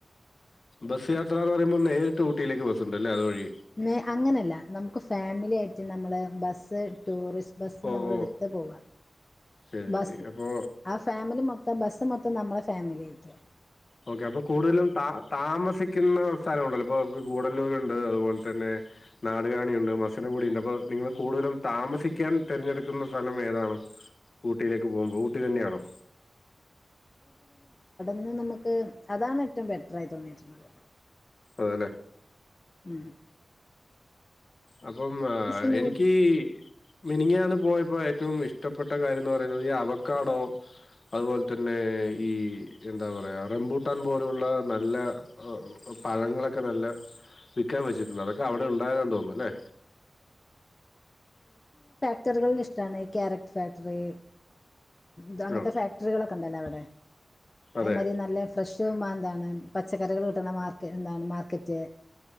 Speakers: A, on the left; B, on the left.
A: ബസ് യാത്രന്ന് പറയുമ്പോൾ നേരിട്ട് ഊട്ടിലേക്ക് ബസ്സണ്ടല്ലേ അതുവഴി
B: <unintelligible> അങ്ങനെയല്ല നമുക്ക് ഫാമിലിയായിട്ട് നമ്മള് ബസ് <unintelligible> ടൂറിസ് ബസ്
A: ഓ
B: നമ്മൾ
A: ഓ
B: എടുത്ത് പോവാ
A: ശരി
B: ബസ്
A: ശരി അപ്പോ
B: ആ ഫാമിലി മൊത്തം ബസ് മൊ <unintelligible> നമ്മളെ ഫാമിലി ആയിട്ട <unintelligible>
A: ഓക്കെ അപ്പൊ കൂടുതലും ത താമസിക്കുന്ന സ്ഥലം ഉണ്ടല്ലോ ഇപ്പൊ ക്ക് കൂടല്ലൂരുണ്ട് അതുപോലെ തന്നെ നാടുകാണിയുണ്ട് മസിനപൊടി ഉണ്ട് അപ്പൊ നിങ്ങൾ കൂടുതലും താമസിക്കാൻ തിരഞ്ഞെടുക്കുന്ന സ്ഥലം ഏതാണ ഊട്ടിയിലേക്ക് പോകുമ്പോ ഊട്ടി തന്നെയാണോ
B: ഇന്ന് നമുക്ക് അതാണ് ഏറ്റവും ബെറ്റർായി തോന്നിയിട്ട്ള്ളത്
A: അതലെ
B: ഉം
A: അപ്പം ആഹ്
B: പിന്നെ
A: എനിക്ക് മിനങ്ങാണ് പോയപ്പോ ഏറ്റവും ഇഷ്ടപ്പെട്ട കാര്യംന്ന് പറയുന്നത് ഈ അവക്കാടോ അതുപോലെ തന്നെ ഈ എന്താ പറയാ റംബൂട്ടാൻ പോലെയുള്ള നല്ല പഴങ്ങളൊക്കെ നല്ല വിൽക്കാൻ വച്ചിട്ടുണ്ട് അതൊക്കെ അവിടെ ഉണ്ടായിഡാണ് തോന്നുന്നു ല്ലേ
B: ഫാക്ടറികളിള് ഇഷ്ടണ് ക്യാരറ്റ് ഫാക്ടറി തു അങ്ങൻത്തെ
A: ആ
B: ഫാക്ടറികളൊക്കെണ്ടല്ലോ അവിടെ അത്
A: അതെ
B: മതി നല്ല ഫ്രഷ് മ എന്താണ് പച്ചക്കറികൾ കിട്ടുന്ന മാർക്ക് എന്താണ് മാർക്കറ്റ്